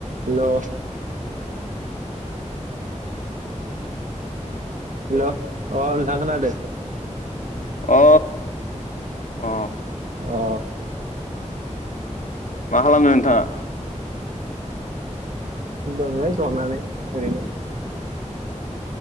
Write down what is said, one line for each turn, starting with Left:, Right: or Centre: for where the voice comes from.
Right: Hello hello अ नोंथां खोनादो
Left: अ अ
Right: अ
Left: मा खालामदों नोंथाङा?
Right: दंनै जनानै ओरैनो